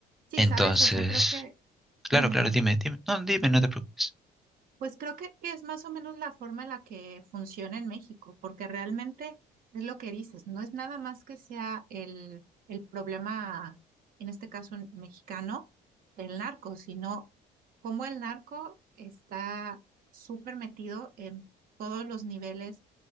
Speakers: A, on the right; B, in the centre.
A: Sí,
B: Entonces,
A: sabes, o sea, creo que,
B: claro,
A: dime,
B: claro,
A: dime.
B: dime, dime, no, dime, no te preocupes.
A: Pues creo que, que es más o menos la forma en la que funciona en México, porque realmente es lo que dices, no es nada más que sea el, el problema, en este caso mexicano, del narco, sino cómo el narco está súper metido en todos los niveles